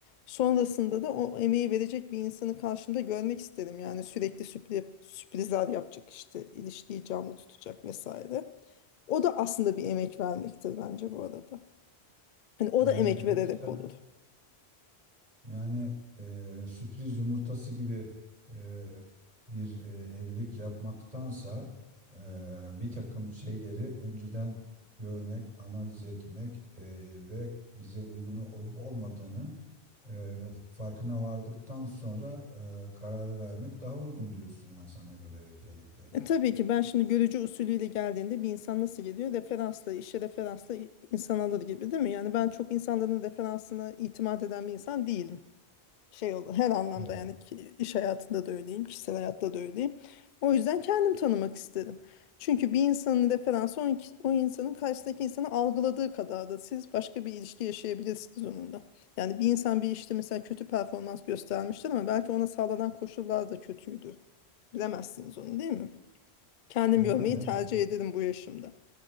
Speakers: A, on the left; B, on the right.
A: sonrasında da o emeği verecek bir insanı karşımda görmek isterim. Yani sürekli sürpri- sürprizler yapacak işte ilişkiyi canlı tutacak vesaire. O da aslında bir emek vermektir bence bu arada. Hani o
B: Yani
A: da emek
B: her
A: vererek
B: iki taraf
A: olur.
B: yani e, sürpriz yumurtası gibi e, bir e, evlilik yapmaktansa e, bir takım şeyleri önceden görmek, analiz etmek e, ve bize uygun olup olmadığını e, farkına vardıktan sonra e, kararı vermek daha uygun diyorsun yani sana göre özellikle.
A: E tabii ki ben şimdi görücü usulüyle geldiğinde bir insan nasıl geliyor? Referansla, işe referansla insan alır gibi değil mi? Yani ben çok insanların referansına itimat eden bir insan değilim. şey olur her anlamda
B: Evet.
A: yani ki iş hayatında da öyleyim, kişisel hayatta da öyleyim. O yüzden kendim tanımak istedim. Çünkü bir insanın referansı o, inki- o insanın karşısındaki insanı algıladığı kadar da siz başka bir ilişki yaşayabilirsiniz onunla. Yani bir insan bir işte mesela kötü performans göstermiştir ama belki ona sağlanan koşullar da kötüydü. Bilemezsiniz onu değil mi? Kendim
B: Yani
A: görmeyi tercih
B: evet.
A: ederim bu yaşımda.